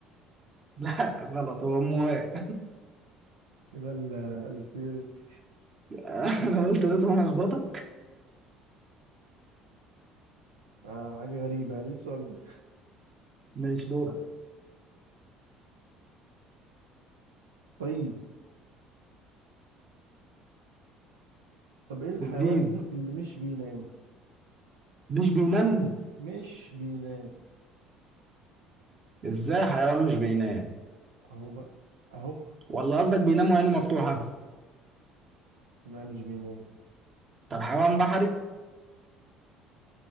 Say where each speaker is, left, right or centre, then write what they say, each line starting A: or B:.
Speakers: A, on the right; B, on the right.
A: <laughs> لا غلط هو مواء
B: يبقى ال- الأسئلة دي.
A: <laughs> انا قلت لازم الخبطك
B: آه حاجة غريبة يعني ايه السؤال ده
A: ماشي دورك
B: طيب طب ايه الحيوان
A: بالدين
B: اللي مش بينام
A: مش بينام
B: مش بينام
A: ازاي حيوان مش بينام
B: اهو بقى اهو
A: ولا قصدك بينام وعينه مفتوحة
B: لا مش بينام
A: طب حيوان بحري